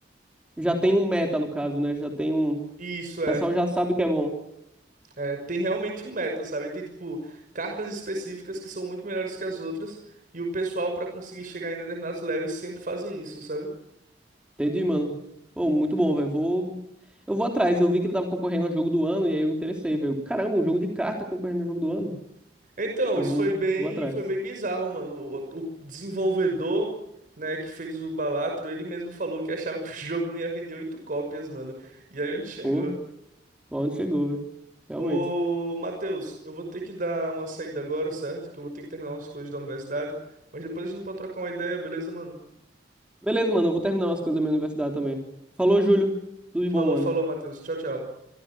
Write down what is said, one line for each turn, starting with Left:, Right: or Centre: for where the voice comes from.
Centre: Já tem um meta, no caso, né? Já tem um. O
Right: Isso é.
Centre: pessoal já sabe o que é bom.
Right: É, tem realmente um meta, sabe? Tem, tipo, cartas específicas que são muito melhores que as outras, e o pessoal, pra conseguir chegar em determinados levels, sempre fazem isso, sabe?
Centre: Entendi, mano. Pô, muito bom, velho. Vou. Eu vou atrás. Eu vi que ele tava concorrendo ao jogo do ano e aí eu me interessei, velho. Caramba, um jogo de carta concorrendo ao jogo do ano.
Right: Então,
Centre: Eu
Right: isso
Centre: vou,
Right: foi bem,
Centre: vou atrás.
Right: foi bem bizarro, mano. O, o desenvolvedor, né, que fez o Balatro, ele mesmo falou que achava que o <laughs> jogo não ia vender oito cópias, mano. E aí a gente chegou.
Centre: Pô. Onde chegou, velho? Realmente.
Right: Ô, Matheus, eu vou ter que dar uma saída agora, certo? Que eu vou ter que terminar umas coisas da universidade, mas depois a gente pode trocar uma ideia, beleza, mano?
Centre: Beleza, mano. Eu vou terminar umas coisas da minha universidade também. Falou, Júlio. Tudo de
Right: Falou,
Centre: bom, mano.
Right: falou, Matheus. Tchau, tchau.